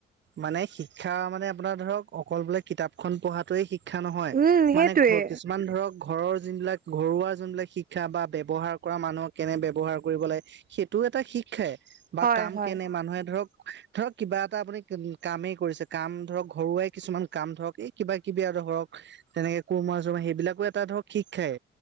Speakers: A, on the right; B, on the right.
A: মানে শিক্ষা মানে আপোনাৰ ধৰক অকল বোলে কিতাপখন পঢ়াটোৱে শিক্ষ- ক্ষা নহয়
B: উম সেইটোৱে
A: মানে ঘৰ কিছু- মান ধৰক ঘৰৰ যোনবিলাক ঘৰুৱা যোনবিলাক শিক্ষা বা ব্যৱহাৰ কৰা মানুহক কেনে ব্যৱহাৰ কৰিব লাগে। সেইটোও এটা শিক্ষাই বা
B: হয়
A: কাম
B: হয়
A: কেনে মানুহে ধৰক- ধৰক কিবা এটা আপুনি কামেই কৰিছে কাম ধৰক ঘৰুৱাই কিছুমান কাম ধৰক এই- কিবা কিবি আৰু ধৰক তেনেকে কোৰমা চমা সেইবিলাকো এটা ধৰক শিক্ষাই।